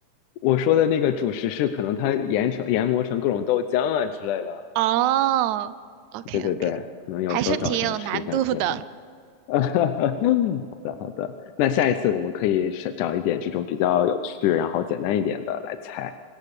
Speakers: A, on the left; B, on the right.
A: 我说的那个主食是可能它研成研磨成各种豆浆啊之类的，
B: 哦，OK
A: 对对对，
B: OK，
A: 可能有时候早上吃一下之类的。
B: 还是挺有难度的
A: <laughs> 那下一次我们可以是找一点这种比较有趣，
B: ，OK OK，
A: 然后简单一点的来猜。